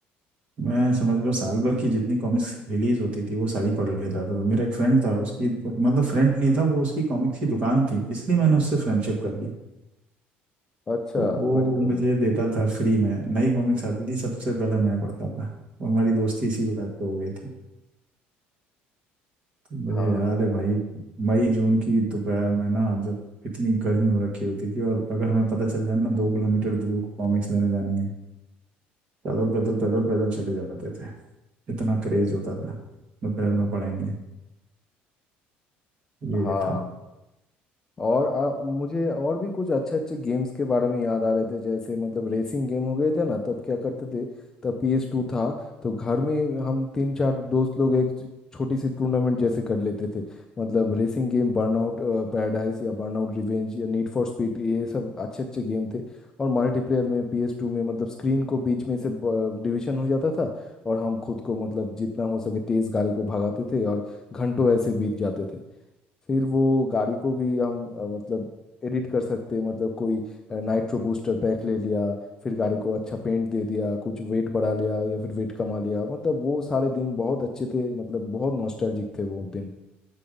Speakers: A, on the right; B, on the left.
A: मैं समझ लो साल भर की जितनी कॉमिक्स रिलीज होती थी वो सारी पढ़ लेता था मेरा एक फ्रेंड था उसकी मतलब फ्रेंड नहीं था वो उसकी कॉमिक्स की दुकान थी इसलिए मैंने उससे फ्रेंडशिप कर ली
B: अच्छा
A: तो वो
B: बढ़िया
A: मुझे
B: बढ़िया
A: देता था फ्री में नई कॉमिक्स आती थी सबसे पहले मैं पढ़ता था और हमारी दोस्ती इसी बात पे हो गई थी तो मुझे
B: हाँ
A: याद है भाई मई जून की दोपहर में ना जब इतनी गर्मी हो रखी होती थी और अगर हमें पता चल जाए ना दो किलोमीटर दूर कॉमिक्स लेने जानी है पैदल पैदल पैदल पैदल चले जाते थे इतना क्रेज होता था दोपहर में पढ़ेंगे ये
B: हाँ
A: था
B: और आ, मुझे और भी कुछ अच्छे अच्छे गेम्स के बारे में याद आ रहे थे जैसे मतलब रेसिंग गेम हो गए थे ना तब क्या करते थे तब PS2 टू था तो घर में हम तीन चार दोस्त लोग एक छ- छोटी सी टूर्नामेंट जैसे कर लेते थे मतलब रेसिंग गेम बर्नआउट पैराडाइज या बर्नआउट रिवेंज या नीड फॉर स्पीड ये सब अच्छे अच्छे गेम थे और मल्टीप्लेयर में PS2 टू में मतलब स्क्रीन को बीच में से डिवीजन हो जाता था और हम खुद को मतलब जितना हो सके तेज गाड़ी को भगाते थे और घंटों ऐसे बीत जाते थे फिर वो गाड़ी को भी हम अ, मतलब एडिट कर सकते हैं मतलब कोई नाइट्रो बूस्टर पैक ले लिया फिर गाड़ी को अच्छा पेंट दे दिया कुछ वेट बढ़ा लिया या फिर वेट कमा लिया मतलब वो सारे दिन बहुत अच्छे थे मतलब बहुत नॉस्टैल्जिक थे वो दिन